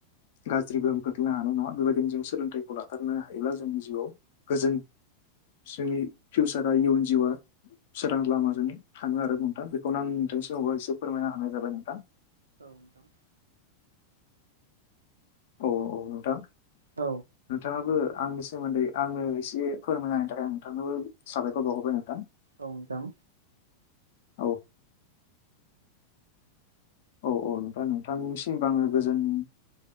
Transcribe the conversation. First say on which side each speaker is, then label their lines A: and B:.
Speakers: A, on the left; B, on the right.
A: गाज्रि गोहोम खोख्लैनो हानाय नङा बेबायदिनो जों सोलोंथाइखौ लाथारनो हायोब्ला जोंनि जिउआव गोजोन। जोंनि फिउचारा इयुन जिउआ सोरां लामाजोंनो थांङो आरो नोंथां बेखौनो आं। नोंथांनिसिमबो एसे फोरमायना होनाय जाबाय नोंथां।
B: नोंथां
A: औ औ नोंथां
B: औ
A: नोंथांङाबो। आंनि सोमोन्दै आंनो एसे फोरमायनायनि थाखाय आं नोंथांनोबो साबायखर बावहरबाय नोंथां।
B: औ नोंथां।
A: औ। औ औ नोंथां नोंथांनिसिमबो आंङो गोजोन।